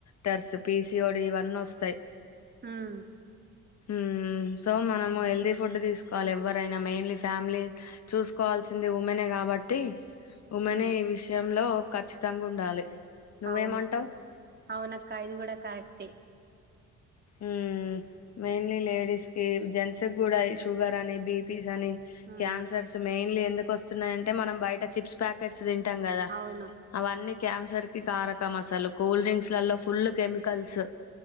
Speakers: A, on the left (about 60°); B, on the right (about 35°).
A: ఫ్యాటర్స్, పిసిఓడ్ ఇవన్నీ నొస్తాయి.
B: ఉమ్.
A: ఉమ్ సో మనము హెల్దీ ఫుడ్ తీసుకోవాలి, ఎవ్వరైనా, మెయిన్లీ ఫ్యామిలీ. చూసుకోవాల్సింది, ఉమెనే కాబట్టి. ఉమెనే
B: ఉమ్
A: ఈ విషయంలో. ఖచ్చితంగా ఉండాలి. నువ్వేమంటావు
B: అవును, అవున అక్క ఇది కూడా కరెక్టే.
A: ఉమ్ మెయిన్లీ లేడీస్ కి, జెంట్స్ కూడా, ఇ షుగర్ అని బిపీ. కని,
B: ఉమ్
A: క్యాన్సర్స్ మెయిన్ లెని. ఎందుకు వస్తున్నాయంటే, మనం బయట చిప్స్ ప్యాకెట్స్. చీఫ్స్ తింటాం గదా,
B: అవును
A: అవన్నీ. క్యాన్సర్ కి కారక మసాలు, కూల్ డ్రింక్స్ లల్లో ఫుల్లు కెమికల్స్.